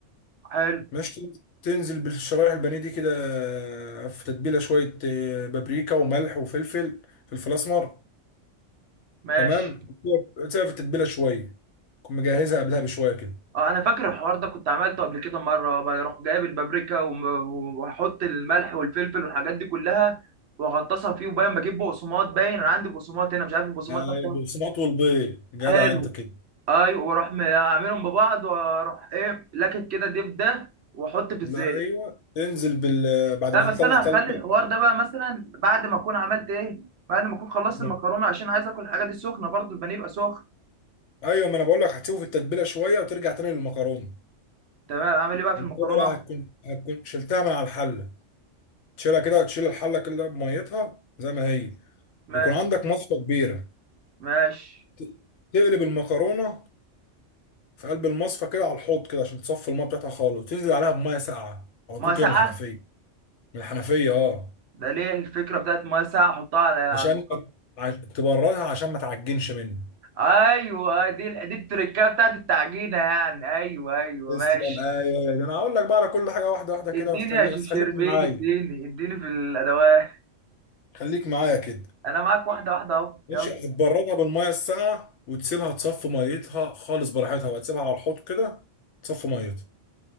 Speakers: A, on the right; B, on the left.
A: حلو
B: ماشي تنزل بالشرايح البانيه دي كده آه، في تتبيله شويه آه، بابريكا وملح وفلفل فلفل اسمر
A: ماشي
B: تمام تسيبها في التتبيله شويه تكون مجهزها قبلها بشويه كده
A: اه انا فاكر الحوار ده كنت عملته قبل كده مره بروح جايب البابريكا وم- واحط الملح والفلفل والحاجات دي كلها واغطسها فيه وباين بجيب بقسماط باين انا عندي بقسماط هنا مش عارف البقسماط
B: يعني
A: ده بتاعه
B: البقسماط والبيض جدع
A: حلو
B: انت كده
A: ايوه واروح م- اعملهم ببعض واروح ايه لكت كده ديب ده واحط في الزيت
B: لا ايوه تنزل بال بعد
A: لا
B: ما تطلع
A: بس انا
B: طلع
A: هخلي الحوار ده بقى مثلا بعد ما اكون عملت ايه بعد ما اكون خلصت
B: بقى
A: المكرونه عشان عايز اكل الحاجه دي سخنه برضو البانيه يبقى سخن
B: ايوه ما انا بقول لك هتسيبه في التتبيله شويه وترجع تاني للمكرونه
A: تمام اعمل ايه بقى في
B: المكرونه
A: المكرونه
B: بقى هتكون هتكون شلتها من على الحله تشيلها كده تشيل الحله كلها بميتها زي ما هي
A: ماشي
B: ويكون عندك مصفى كبيره
A: ماشي
B: ت- تقلب المكرونه في قلب المصفى كده على الحوض كده عشان تصفي الميه بتاعتها خالص وتنزل عليها بميه ساقعه على طول
A: ميه
B: كده
A: ساقعه
B: من الحنفيه من الحنفيه اه
A: ده ليه الفكره بتاعت ميه ساقعه احطها على على
B: عشان
A: المكرونه
B: ما- عش- تبردها عشان ما تعجنش منك
A: ايوه دي دي التركه بتاعت التعجينه يعني ايوه ايوه
B: تسلم
A: ماشي
B: ايوه يا ده انا هقول لك بقى على كل حاجه واحده واحده كده
A: اديني
B: وتخليك
A: يا شيف
B: بس
A: شربين
B: خليك معايا
A: اديني اديني في الادوات
B: خليك معايا كده
A: انا معاك واحده واحده اهو
B: ماشي
A: يلا
B: هتبردها بالميه الساقعه وتسيبها تصفي ميتها خالص براحتها وهتسيبها على الحوض كده تصفي ميتها